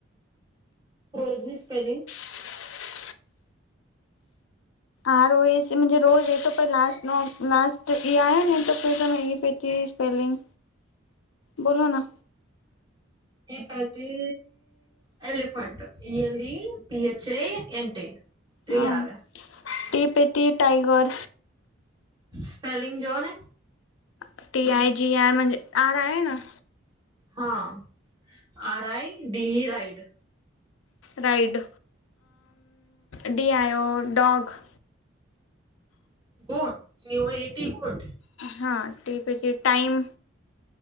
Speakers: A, on the right; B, on the left.
A: રોજની સ્પેલિંગ.
B: <inaudible> આરો એસી માં રોજ એ તો પછી, લાસ્ટ ન લાસ્ટ એ આવ્યો ને, એ તો એ પતી સ્પેલિંગ.
A: <unintelligible>
B: બોલો ના.
A: પતિ, elephant A, L, P, H, A, N, T. આવે.
B: હમ T, P, T, tiger.
A: Spelling જોઓ ને.
B: ટી, આઈ, જી, આર આયે ના.
A: હા, R, I, D ride.
B: Ride, D, આયો, dog.
A: God, G, O, A, T, god.
B: હા, ટી, પી, ટાઈમ.